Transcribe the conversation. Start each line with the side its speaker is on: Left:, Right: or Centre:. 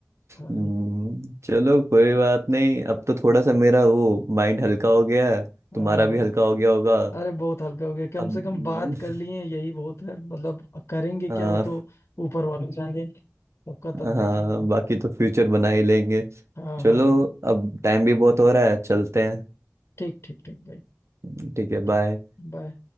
Left: हाँ,
Right: हम्म, चलो कोई बात नहीं अब तो थोड़ा सा मेरा वो माइंड हल्का हो गया है
Left: हाँ।
Right: तुम्हारा भी हल्का हो गया होगा
Left: अरे बहुत हल्का हो गया कम
Right: अब
Left: से कम बात कर लिए यही बहुत है मतलब अब करेंगे
Right: <laughs>
Left: क्या
Right: आ,
Left: वो तो ऊपर वाले जाने सबका तब देखेंगे
Right: हाँ बाकी तो फ्यूचर बना ही लेंगे
Left: हाँ
Right: चलो
Left: हाँ हाँ
Right: अब टाइम भी बहुत हो रहा है चलते
Left: ठीक ठीक ठीक भाई
Right: हैं ठीक है
Left: ठीक
Right: बाय
Left: बाय